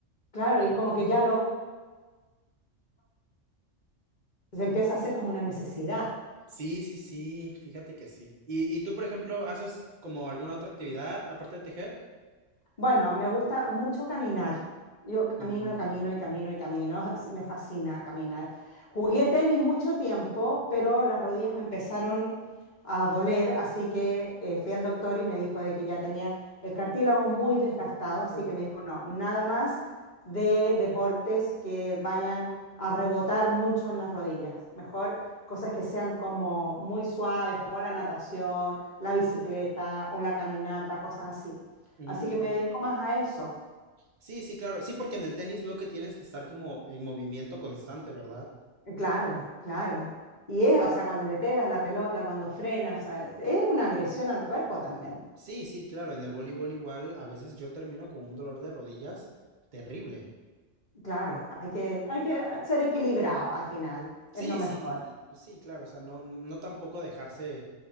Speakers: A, on the left (about 40°); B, on the right (about 40°).
A: Claro, y como que ya lo se empieza a hacer como una necesidad.
B: Sí, sí, sí, fíjate que sí. ¿Y, y tú, por ejemplo, haces como alguna otra actividad aparte de tejer?
A: Bueno, me gusta mucho caminar. Yo camino
B: Y
A: y camino y camino y camino. <laughs> así me fascina caminar. Jugué tenis mucho tiempo, pero las rodillas me empezaron a doler, así que eh, fui al doctor y me dijo de que ya tenía el cartílago muy desgastado, así
B: oh,
A: que me dijo, no, nada más de deportes que vayan a rebotar mucho en las rodillas. Mejor cosas que sean como muy suaves, como la natación, la bicicleta o la caminata, cosas así.
B: Mm,
A: Así que
B: ok.
A: me dedico más a eso.
B: Sí, sí, claro. Sí, porque en el tenis veo que tienes que estar como en movimiento constante, ¿verdad?
A: Eh, Claro, claro. Y es, o sea, cuando le pegas a la pelota, cuando frenas, o sea, es una agresión al cuerpo también.
B: Sí, sí, claro. En el voleibol igual, a veces yo termino con un dolor de rodillas terrible.
A: Claro, hay que, hay que ser equilibrado al final,
B: Sí,
A: es lo mejor.
B: sí, sí, claro. O sea, no, no, no tampoco dejarse